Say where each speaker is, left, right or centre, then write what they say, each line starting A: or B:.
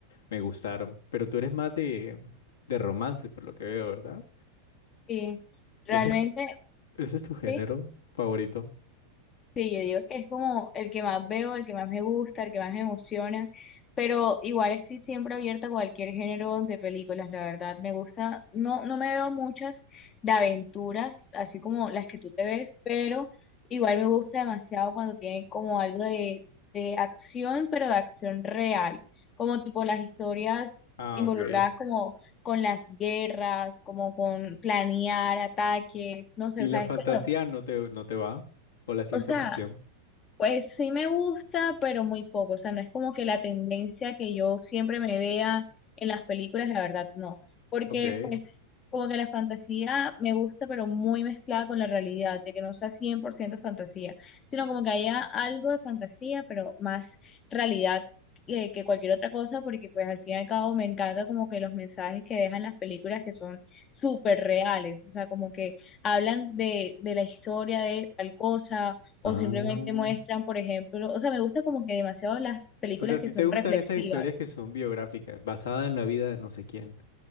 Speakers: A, on the left (about 65°); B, on the left (about 25°).
A: Me gustaron. Pero tú eres más de, de romance, por lo que veo, ¿verdad?
B: Sí, realmente,
A: Ese es, cu- ese es tu género
B: sí.
A: favorito.
B: Sí, yo digo que es como el que más veo, el que más me gusta, el que más me emociona, pero igual estoy siempre abierta a cualquier género de películas, la verdad, me gusta, no, no me veo muchas de aventuras, así como las que tú te ves, pero igual me gusta demasiado cuando tiene como algo de, de acción, pero de acción real, como tipo las historias
A: Ah,
B: involucradas
A: ok.
B: como con las guerras, como con planear ataques, no sé,
A: ¿Y
B: o
A: la
B: sea,
A: fantasía
B: es como...
A: no te, no te va? ¿O la ciencia
B: O sea,
A: ficción?
B: pues sí me gusta, pero muy poco. O sea, no es como que la tendencia que yo siempre me vea en las películas, la verdad, no. Porque
A: Ok.
B: pues como que la fantasía me gusta, pero muy mezclada con la realidad, de que no sea 100% fantasía, sino como que haya algo de fantasía, pero más realidad que, que cualquier otra cosa, porque pues al fin y al cabo me encanta como que los mensajes que dejan las películas que son súper reales. O sea, como que hablan de, de la historia de tal cosa o
A: Ah.
B: simplemente muestran, por ejemplo, o sea, me gusta como que demasiado las películas
A: O sea, ¿a
B: que
A: ti
B: son
A: te gustan
B: reflexivas,
A: esas historias que son biográficas, basadas en la vida de no sé quién?